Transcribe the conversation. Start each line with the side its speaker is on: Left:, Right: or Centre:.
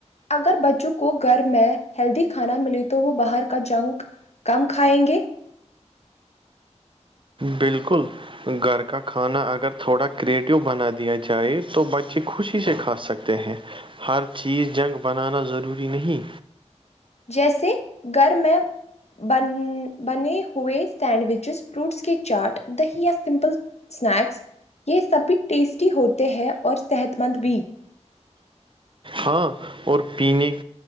Left: اگر بچوں کو گھر میں ہیلدی کھانا ملے تو وہ باہر کا جنک کم کھائیں گیں
Right: بالکل گھر کا کھانا اگر تھوڑا کریٹو بنا دیا جائے تو بچے خوشی سے کھا سک تے ہیں ہر چیز جنگ بنانا ضروری نہیں
Left: جیسے گھر میں بن بنے ہوئے سینڈوچز فروٹس کے چاٹ دہی یا سمپل اسنیکس یہ سب بھی ٹیسٹی ہوتے ہیں اور صحت مند بھی
Right: ہاں اور پینے